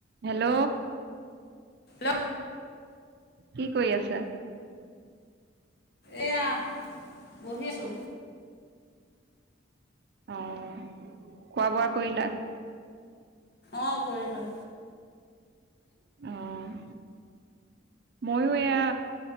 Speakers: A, on the right; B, on the left.
A: হেল্ল'।
B: প্ল
A: কি কৰি আছা?
B: এয়া, বহি আছো।
A: অ' খোৱা-বোৱা। কৰিলা?
B: অ'কৰিলো।
A: অ'। ময়ো এয়া,